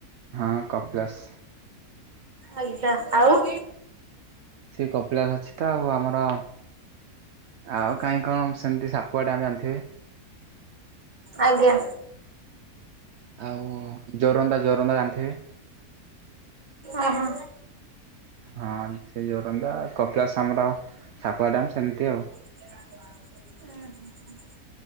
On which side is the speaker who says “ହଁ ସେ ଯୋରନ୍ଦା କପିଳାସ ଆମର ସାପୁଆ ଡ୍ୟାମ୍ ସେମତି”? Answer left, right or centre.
Right